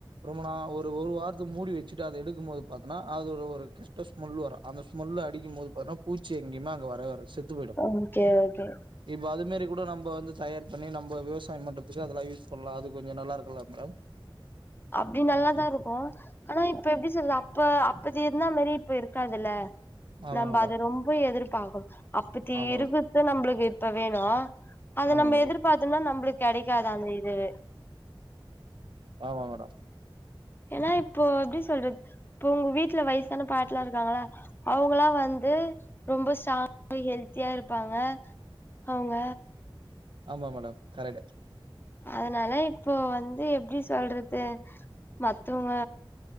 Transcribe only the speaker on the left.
ஓகே ஓகே
அப்டி நல்லாதா இருக்கு ஆனா இப்ப எப்டி சொல்றது அப்ப ப்ப இருந்தா மாரி இப்ப இருக்காதுல்ல
நம்ப
அத ரொம்ப எதிர்ப் அப்புத்தி
இருக்குற்கு
நம்பளுக்கு ப்ப வேணு அத
நம்ப
எதிர்பாத்தோம்னா நம்மளுக் கெடைக்காது அந்த இதுவே
ஏன்னா இப்போ எப்டி சொல்றது இப்ப உங்க வீட்ல வயசான பாட்டிலா இருக்காங்கள அவங்கலா வந்து ரொம்ப ஸ்ட்ராங்கா ஹெல்த் த்தியா இருப்பாங்க அவங்க
அதனால இப்போ வந்து எப்படி சொல்றது மத்தவங்க